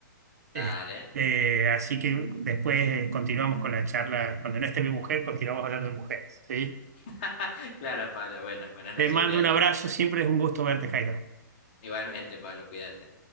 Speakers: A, on the right (about 50°); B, on the left (about 30°).
A: Este,
B: Dale.
A: así que después eh, continuamos con la charla. Cuando no esté mi mujer, continuamos hablando de mujeres, ¿sí?
B: <laughs> Claro, Pablo. Bueno, buenas
A: Te
B: noches,
A: mando
B: cuídate.
A: un abrazo, siempre es un gusto verte, Jairo.
B: Igualmente, Pablo, cuídate.